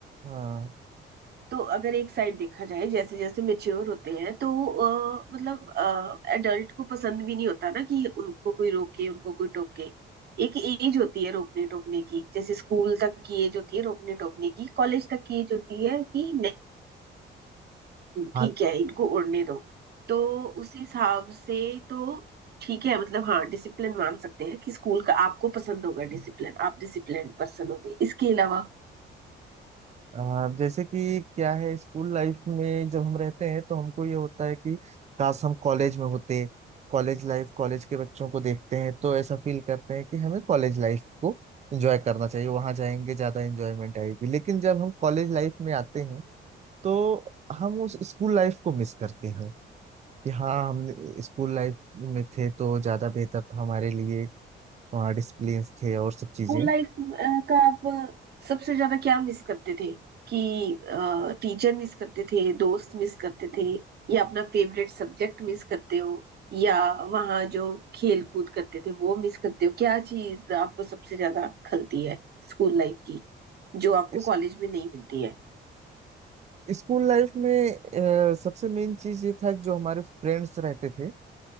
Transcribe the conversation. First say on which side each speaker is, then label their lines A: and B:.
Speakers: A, on the right (about 35°); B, on the right (about 55°).
A: हाँ
B: तो अगर एक साइड देखा जाए जैसे जैसे मेच्योर होते हैं तो अ, मतलब एडल्ट को पसंद भी नहीं होता ना कि उनको कोई रोके उनको कोई टोके एक एज होती है रोकने टोकने की जैसे स्कूल तक की एज होती है रोकने टोकने की कॉलेज तक की एज होती है कि नहीं
A: हाल
B: ठीक है इनको उड़ने दो तो उस हिसाब से तो ठीक है मतलब हाँ डिसिप्लिन मान सकते हैं कि स्कूल का आपको पसंद होगा डिसिप्लिन आप डिसिप्लिन पर्सन होगे इसके अलावा
A: आ, जैसे कि क्या है स्कूल लाइफ में जब हम रहते हैं तो हमको ये होता है कि काश हम कॉलेज में होते कॉलेज लाइफ कॉलेज के बच्चों को देखते हैं तो ऐसा फील करते हैं कि हमें कॉलेज लाइफ को एंजॉय करना चाहिए वहां जाएंगे ज्यादा एंजॉयमेंट आएगी लेकिन जब हम कॉलेज लाइफ में आते हैं तो हम उस स्कूल लाइफ को मिस करते हैं कि हाँ हम स्कूल लाइफ में थे तो ज्यादा बेहतर था हमारे लिए हाँ डिसिप्लिन थे और सब चीजें
B: स्कूल लाइफ का आप सबसे ज्यादा क्या मिस करते थे कि टीचर मिस करते थे दोस्त मिस करते थे या अपना फेवरेट सब्जेक्ट मिस करते हो या वहाँ जो खेल कूद करते थे वो मिस करते हो क्या चीज आपको सबसे ज्यादा खलती है स्कूल लाइफ की जो आपको
A: इस-
B: कॉलेज में नहीं मिलती है
A: स्कूल लाइफ में अ, सबसे मेन चीज ये था कि जो हमारे फ्रेंड्स रहते थे